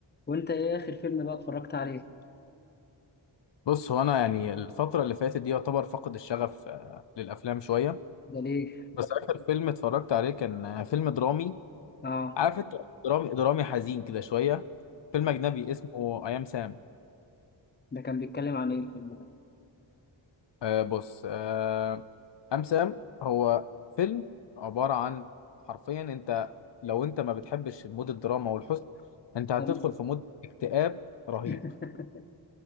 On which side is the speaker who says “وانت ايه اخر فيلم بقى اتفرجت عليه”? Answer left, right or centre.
Left